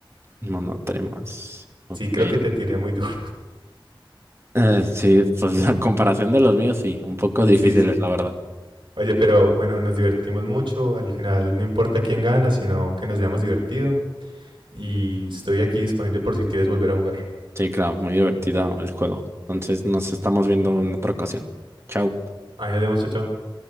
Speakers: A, on the right; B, on the right.
A: Monotremas. Ok.
B: Sí, creo que te tiré muy duro.
A: Eh, sí, pues <laughs> la comparación
B: <laughs>
A: de los míos, sí. Un poco difíciles,
B: Sí, sí.
A: la verdad.
B: Oye, pero bueno, nos divertimos mucho. Al final no importa quién gana, sino que nos hayamos divertido. Y estoy aquí disponible por si quieres volver a jugar.
A: Sí, claro. Muy divertida el juego. Entonces nos estamos viendo en otra ocasión. Chao.
B: Ahí nos vemos, chao, chao.